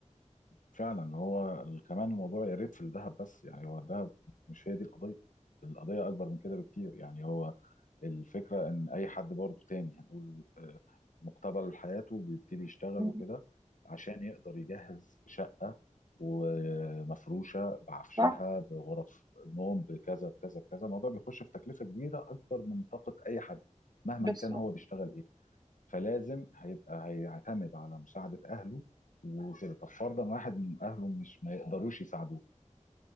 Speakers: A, on the left; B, on the right.
A: فعلا هو ال- كمان الموضوع يا ريت في الذهب بس يعني هو الذهب مش هي دي القضيه القضيه اكبر من كده بكتير يعني هو الفكرة إن أي حد برضو تاني هنقول آه، مقتبل حياته بيبتدي يشتغل
B: مم.
A: وكده عشان يقدر يجهز شقة ومفروشة بعفشها
B: صح
A: بغرف نوم بكذا بكذا بكذا الموضوع بيخش في تكلفة كبيرة أكبر من طاقة أي حد مهما
B: بس
A: كان هو بيشتغل إيه فلازم هيبقى هيعتمد على مساعدة أهله وكده طب فرضا واحد من أهله مش ما يقدروش يساعدوه